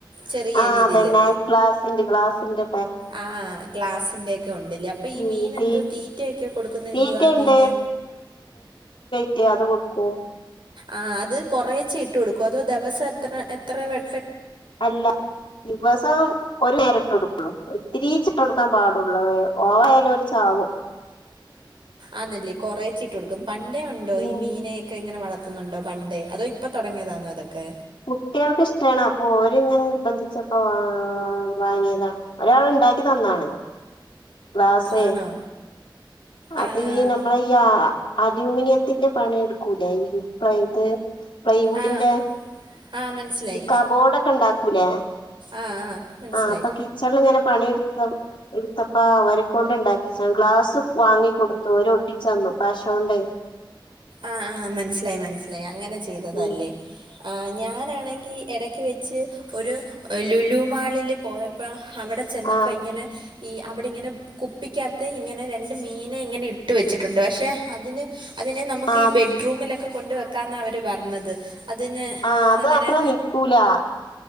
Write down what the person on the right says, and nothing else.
ചെറിയ
രീതിയില്
ആഹ് ആഹ്ആ ഗ്ലാസ് ഒക്കെ ഉണ്ടല്ലേ അപ്പൊ ഈ
മീൻ
എന്തുവാ തീറ്റയൊക്കെ കൊടുക്കുന്ന
എന്തുവാ മീന്
ആ അത് കൊറേച്ചെ ഇട്ട് കൊടുക്കൊ അതൊ ദിവസം എത്ര എത്ര വെ
ആന്നല്ലേ കൊറേച്ചിട്ട് കൊടുക്കും പണ്ടേ ഉണ്ടോ
ഈ മീനെയൊക്കെ ഇങ്ങനെ വള ന്നുണ്ടോ പണ്ടേ അതോ ഇപ്പ തുടങ്ങിയതാണോ ഇതൊക്കെ
ആണോ
ആഹ്
ആഹ് ആഹ് ആഹ് മനസ്സിലായി
ആഹ് ആഹ് മനസ്സിലായി
ആഹ് ആഹ് മനസ്സിലായി മനസിലായി അങ്ങനെ <unintelligible> ചെയ്തതാലേ
ആ ഞാനാണെങ്കി എട വെച്ച് ഒരു ലുലു മാളില് പോയപ്പോ അവിടെ ചെന്നപ്പോ
ഇങ്ങനെ ഈ അവിടെ ഇങ്ങനെ കുപ്പിക്കാത്ത് ഇങ്ങനെ രണ്ട് മീനെ ഇങ്ങനെ ഇട്ട് വെച്ചിട്ടുണ്ട് പക്ഷെ അതിന് അതിനെ നം <unintelligible>
ഈ ബെഡ്റൂമിലൊക്കെ കൊണ്ട് വെക്കാന്നവര് പറഞ്ഞത് അതിന്
അങ്ങനെ